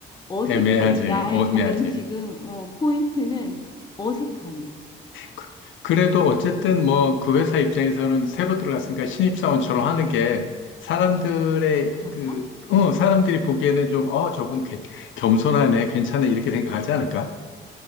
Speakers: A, on the left; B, on the left.
A: 어색해.
B: 애매하지.
A: 나의
B: 애매하지.
A: 가장 지금 어, 포인트는 어색함이야.
B: 그- 그래도 어쨌든 뭐 그 회사 입장에서는 새로 들어갔으니까 신입사원처럼 하는 게 사람들의
A: 아, 그런가?
B: 그, 어, 사람들이 보기에는 좀, 어, 저분 괜- 겸손하네, 괜찮네, 이렇게 생각하지 않을까?